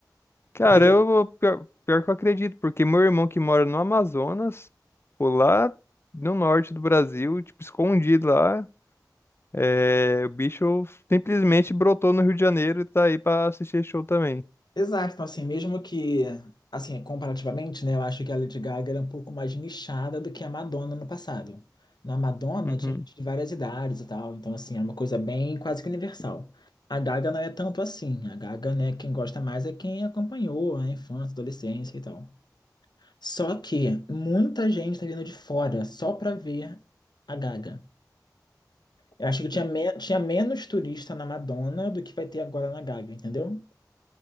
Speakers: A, on the left; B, on the left.
A: Cara,
B: Porque te-
A: eu pior, pior que eu acredito, porque meu irmão que mora no Amazonas, pô, lá no norte do Brasil, tipo, escondido lá, é, o bicho simplesmente brotou no Rio de Janeiro e tá aí pra assistir esse show também.
B: Exato, então assim, mesmo que, assim, comparativamente, né, eu acho que a Lady Gaga era um pouco mais nichada do que a Madonna no passado. Na Madonna
A: Uhum.
B: tinha gente de várias idades e tal, então assim, era uma coisa bem quase que universal. A Gaga não é tanto assim, a Gaga, né, quem gosta mais é quem acompanhou a infância, adolescência e tal. Só que muita gente tá vindo de fora só pra ver a Gaga. Eu acho que tinha, me- tinha menos turista na Madonna do que vai ter agora na Gaga, entendeu?